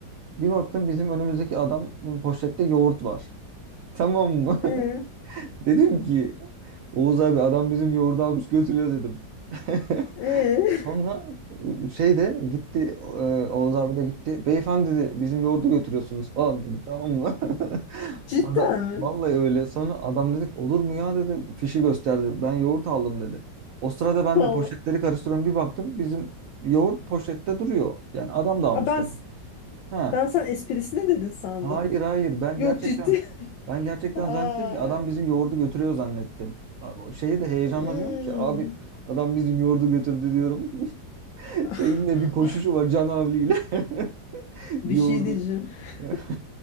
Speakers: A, on the right; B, on the left.
A: Bir baktım bizim önümüzdeki adam poşette yoğurt var. Tamam mı?
B: Ee,
A: <laughs> Dedim ki Oğuz abi adam bizim yoğurdu almış götürüyor dedim. <laughs>
B: ee.
A: Sonra ıı, şey de gitti e, Oğuz abi de gitti. Beyefendi dedi bizim yoğurdu götürüyorsunuz falan dedi tamam mı? <laughs>
B: <laughs> Cidden
A: Ada,
B: mi?
A: vallahi öyle. Sonra adam dedik olur mu ya dedi. Fişi gösterdi. Ben yoğurt aldım dedi. O sırada ben
B: Allah.
A: de poşetleri karıştırıyorum. Bir baktım bizim yoğurt poşette duruyor. Yani adam da almış
B: Aa, ben
A: demek ki. Ha.
B: ben sen esprisine dedin sandım.
A: Hayır hayır ben
B: Yok
A: gerçekten
B: ciddi.
A: ben gerçekten
B: <laughs> Ay.
A: zannettim ki adam bizim yoğurdu götürüyor zannettim. Abi, o şeyi de heyecanla
B: Hmm.
A: diyorum ki abi adam bizim yoğurdu götürdü diyorum. <laughs>
B: <laughs>
A: Şeyin de bir koşuşu var Can Havli'yle. <laughs> Yoğurdu.
B: Bir şey diyeceğim. <laughs>
A: <laughs>